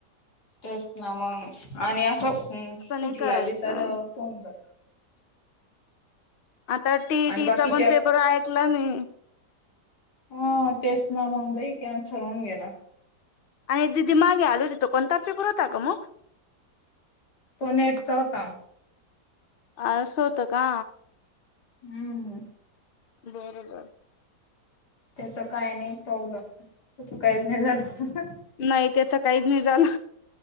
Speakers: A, on the left (about 70°); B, on the left (about 50°).
A: तेच ना मग आणि असं कुठला
B: नाही करायचं
A: बी तर <inaudible> सऊन जात
B: आता टी
A: आणि
B: टीचा
A: बाकीच्याच
B: पण पेपर ऐकला मी.
A: ह तेच ना मगबाई <inaudible> क सरवून गेला.
B: आणि दिदी मागे आली होती. तो कोणता पेपर होता ग मग.
A: तो नेटचा होता.
B: असं होतं का....
A: हम्म...
B: बरोबर...
A: त्याच काही नाही प्रॉब्लेम. काहीच नाही झालं.
B: नाही तेच काहीच नाही झालं.